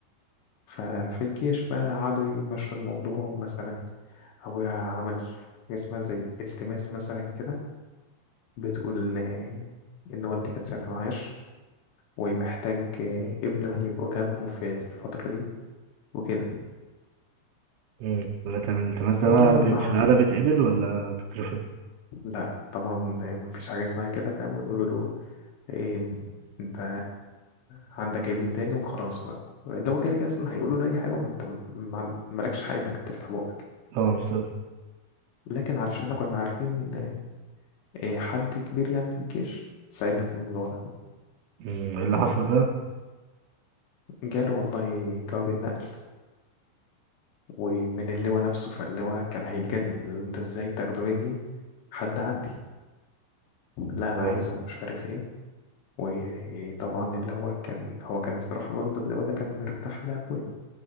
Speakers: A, on the left; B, on the right.
A: ففي الجيش بقى قعدوا يمشوا الموضوع مثلا أبويا عمل حاجة اسمها زي التماس مثلا كده بتقول إن إن والدي كان ساعتها معاش ومحتاج آه، ابنه يعني يبقى جنبه في الفترة دي وكده
B: امم لكن من الالتماس ده
A: والله
B: بقى بي-
A: ما
B: في العادة بيتقبل ولا بيترفض
A: لا طبعا مفيش حاجة اسمها كده فاهم ويقولوا له إيه انت عندك ابن تاني وخلاص بقى اللي هو كده كده اصلا هيقولوا له اي حاجة وانت م- ما- عن- مالكش حق انك تفتح بقك
B: اه بالظبط
A: لكن علشان احنا كنا عارفين آه، إيه، حد كبير يعني في الجيش ساعدنا في الموضوع ده
B: أمم، ايه اللي حصل بقى
A: جاله والله جواب النقل ومن اللواء نفسه فاللواء كان هيتجنن اللي انت ازاي تاخده مني حد عندي لا انا
B: اه
A: عايزه ومش عارف ايه وطبعا اللي هو كان هو كان الصراحه برضو اللي هو ده كان مرتاح لاخويا